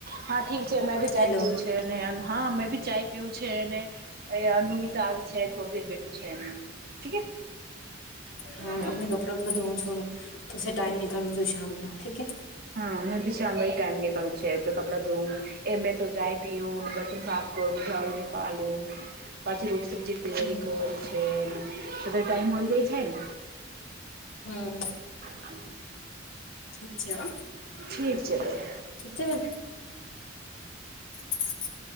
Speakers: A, on the right (about 55°); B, on the left (about 80°).
A: હા ઠીક છે મેં ભી ચાઈ
B: હેલો
A: પીવું છે. હા મે બી ચાય પીયું છેને અન્નું બી છે થોડી દર બેઠું છે એનું ઠીક હે.
B: હા
A: હમ
B: અને ક કપડ ધોવન ત ટાઈમ નની કાો જો શામ ન ઠીકે
A: હા મેં બી શામમાં ટાઈમ નીકળું છે કપડા ધોવ એ મેં તો જાય પીય બર્તન સા કરું ઝાડું નનીકાલોને પાછી રોટી સબ્જી તૈયારી
B: હમ
A: કર છેને છધર ટાઈમ હોય ગઈ છે ને
B: હમ
A: હમ
B: ઠીક છે હ
A: ઠીક છે બેન
B: ઠીક છે બે <unintelligible>